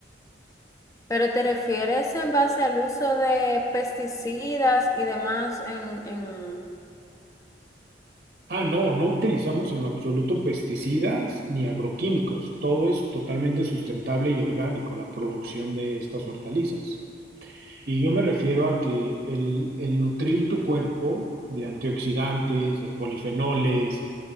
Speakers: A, on the left (about 15°); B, on the right (about 45°).
A: Pero ¿te refieres en base al uso de pesticidas y demás en, en,
B: Ah, no, no utilizamos en lo absoluto pesticidas ni agroquímicos. Todo es totalmente sustentable y orgánico, la producción de estas hortalizas. Y yo me refiero a que el, el nutrir tu cuerpo de antioxidantes, de polifenoles,